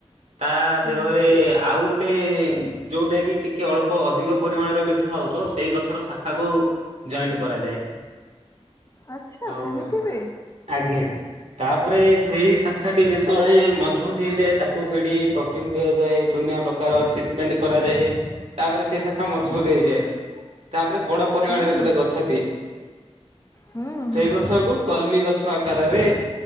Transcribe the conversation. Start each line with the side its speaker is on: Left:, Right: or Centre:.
Right: ତା ଦେହରେ
Left: ଆଜ୍ଞା
Right: ଆଉ ଗୋଟେ ଯୋଉଟା କି ଟିକେ ଅଳ୍ପ ଅଧିକ ପରିମାଣରେ ମି ଠା ହଉଥିବ ସେଇ ଗଛର ଶାଖାକୁ ଜଏଣ୍ଟ କରାଯାଏ।
Left: ଆଚ୍ଛା
Right: ଆଉ
Left: ସେମିତି ବି
Right: ଆଜ୍ଞା ତାପରେ ସେଇ ଶାଖା ଟି ଯେତେବେଳେ ମଜବୁତ ହେଇଯାଏ ତା ଭିଡ଼ି ପ୍ରଟିନ ଦିଆଯାଏ ଦୁନିଆ ପ୍ରକାର ଟ୍ରିଟମେଣ୍ଟ କରାଯାଏ ତାପରେ ସେଇ ଶାଖା ମଜବୁତ
Left: ହୁଁ
Right: ହେଇଯାଏ। ତାପରେ ବଡ଼ ପରିମାଣରେ
Left: ହୁଁ ହୁଁ
Right: ଗୋଟେ ଗଛ ଦିଏ।
Left: ହୁଁ ହୁଁ।
Right: ଗଛ
Left: ହୁଁ
Right: କୁ କଲମି ଗଛ ଆକାରରେ